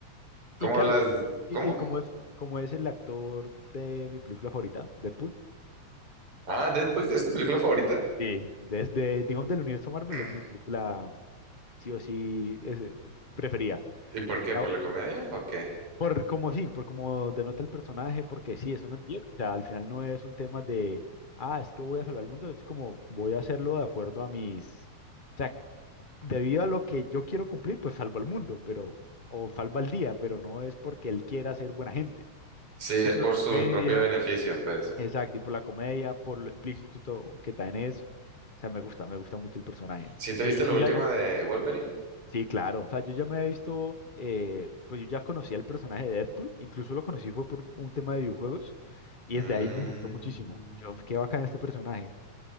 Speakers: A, on the right; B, on the left.
A: ¿Cómo
B: Y claro,
A: las... ¿Cómo?
B: y, y como es, como es el actor de mi película favorita, Deadpool.
A: Ah, Deadpool, ¿es tu película favorita?
B: Sí, desde, digamos, del universo Marvel
A: <clears throat>
B: es mi película, sí o sí, es, preferida.
A: ¿Y por qué?
B: La-
A: ¿Por
B: o-
A: la comedia o qué?
B: por como sí, por como denota el personaje, porque sí, es un antihéroe. O sea, al final no es un tema de, ah, es que voy a salvar el mundo, es como voy a hacerlo de acuerdo a mis... O sea, debido a lo que yo quiero cumplir, pues salvo al mundo, pero, o salvo al día, pero no es porque él quiera ser buena gente.
A: Sí, es
B: Y por
A: por
B: la
A: su
B: comedia,
A: propio beneficio, pues.
B: exacto, y por la comedia, por lo explícito to- que también es, o sea, me gusta, me gusta mucho el personaje.
A: si te
B: Eh,
A: viste
B: y
A: la
B: yo
A: última
B: ya, yo-
A: de Wolverine?
B: sí, claro, o sea, yo ya me he visto, eh, pues yo ya conocía el personaje de Deadpool, incluso lo conocí fue por un tema de videojuegos, y
A: Mm,
B: desde ahí me gustó Mm. muchísimo. Y Yo, qué bacán este personaje.